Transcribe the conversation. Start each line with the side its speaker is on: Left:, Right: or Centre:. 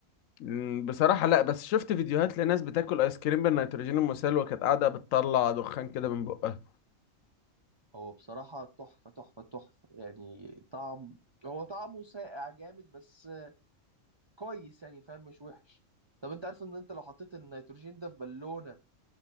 Left: مم، بصراحة لا بس شفت فيديوهات لناس بتاكل ايس كريم بالنيتروجين المسال وكانت قاعدة بتطلع دخان كده من بقها
Right: هو بصراحه تحفه تحفه تحفه يعني طعم هو طعمه ساقع جامد بس كويس يعني فاهم مش وحش طب انت عارف ان انت لو حطيت النيتروجين ده في بالونه